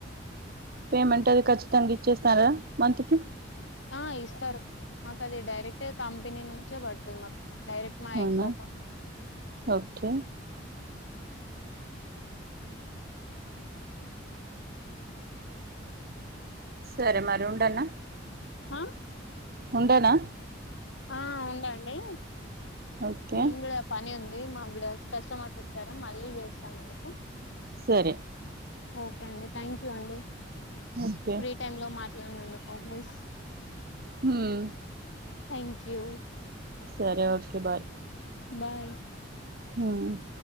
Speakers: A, on the right (about 55°); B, on the left (about 70°).
A: పేమెంట్ అది ఖచ్చితంగా ఇచ్చేస్తారా మంతకి
B: ఆ ఇస్తారు మాకు అది డైరెక్ట్ కంపెనీ నుంచే పడుతుంది మాకు డైరక్ట్ మా
A: అవునా
B: ఎంకో
A: ఓకే సరే మరి ఉండనా
B: ఆ
A: ఉండేనా
B: ఆ ఉందండి
A: ఓకే
B: నేన్ కూడా పని ఉంది మాకిడ కస్టమర్స్ వచ్చారా మళ్ళీ చేస్తాను మీకు
A: సరే
B: ఓకే అండి థ్యాంక్ యూ అండి
A: ఓకే
B: ఫ్రీ టైమ్ లో మాట్లాడినందుకు ప్లీజ్
A: మ్మ్
B: థ్యాంక్ యూ
A: సరే ఓకే బాయ్
B: బాయ్
A: హ్మ్.